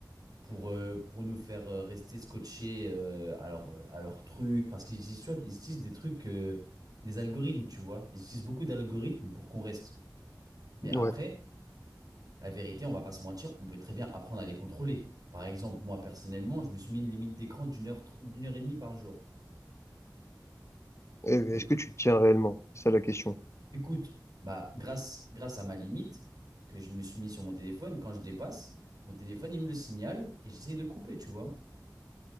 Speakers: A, on the right; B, on the left.
A: pour, euh, pour nous faire euh, rester scotchés euh, à leur, euh, à leur truc. Parce qu'ils utilisent, tu vois, ils utilisent des trucs, euh, des algorithmes, tu vois. Ils utilisent beaucoup d'algorithmes pour qu'on reste. Mais après,
B: Ouais.
A: la vérité, on va pas se mentir, on peut très bien apprendre à les contrôler. Par exemple, moi, personnellement, je me suis mis une limite d'écran d'une heure, tr- d'une heure et demie par jour.
B: Et est-ce
A: Mais
B: que tu tiens réellement? C'est ça la question.
A: écoute, bah, grâce, grâce à ma limite que je me suis mis sur mon téléphone, quand je dépasse, mon téléphone, il me le signale et j'essaye de couper, tu vois.